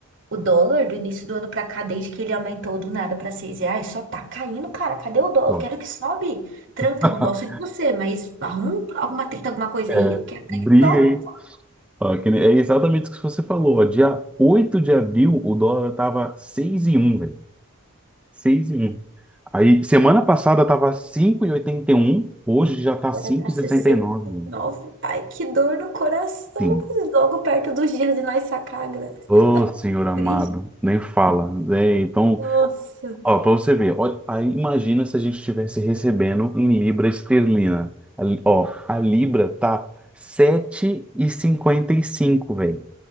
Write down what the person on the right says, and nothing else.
O dólar do início do ano pra cá, desde que ele aumentou do nada pra seis reais, só tá caindo, cara. Cadê o dólar?
Eu quero que sobe. Tranca,
eu não gosto de você, mas arruma um- alguma treta, alguma coisa
aí. Eu quero ganhar
dólar.
Agora
tá sessenta e
nove. Ai, que dor no coração.
Logo perto dos dias de nós sacar a graça.
Que
Triste.
Nossa.